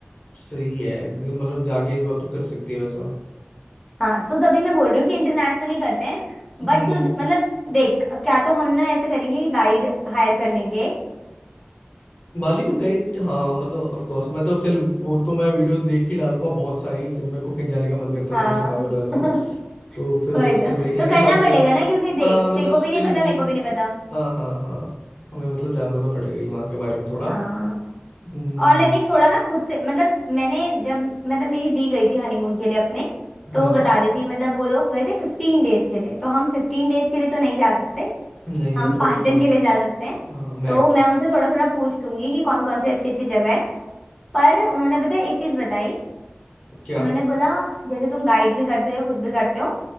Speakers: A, on the left (about 40°); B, in the centre.
A: सही है जैसे मतलब जाके इस बात तो कर सकती है वैसा
B: हाँ तो तभी मैं बोल रही हूँ कि इंटरनेशनली करते हैं
A: हम्म
B: बट तू मतलब देख क्या तो हम ना ऐसे करेंगे कि गाइड हायर कर लेंगे एक।
A: बाली में गई हाँ मतलब ऑफ कोर्स मैं तो चल वो तो मैं वीडियो देख ही डालूंगा बहुत सारी जब मेरे को कहीं जाने का मन करता
B: हाँ
A: है तो मैं तो पागल हो जाता
B: <laughs>
A: हूँ तो फिर
B: वही
A: वो तो
B: तो
A: चल देख लेंगे
B: तो करना
A: बाकी
B: पड़ेगा
A: ऑफ कोर्स
B: ना क्योंकि
A: हाँ
B: देख
A: मतलब
B: तेरे को
A: स्टिल
B: भी नहीं पता
A: वी
B: मेरे को भी नहीं पता
A: हाँ हाँ हाँ हमें मतलब जानना तो पड़ेगा ही वहाँ के बारे में थोड़ा
B: हाँ
A: हम्म
B: और लाइक थोड़ा ना खुद से मतलब मैंने जब मतलब मेरी दी गई थी हनीमून के लिए अपने
A: हाँ
B: तो वो बता रही थी मतलब वो लोग गए थे फिफ्टीन डेज के लिए तो हम फिफ्टीन डेज के लिए तो नहीं जा सकते
A: नहीं
B: हम
A: अपने को
B: पाँच
A: तो
B: दिन
A: कम
B: के लिए जा सकते हैं
A: हाँ मैक्स
B: तो मैं उनसे थोड़ा थोड़ा पूछ लूंगी कि कौन कौन से अच्छी अच्छी जगह है पर उन्होंने पता है एक चीज बताई
A: क्या
B: उन्होंने बोला जैसे तुम गाइड भी करते हो या कुछ भी करते हो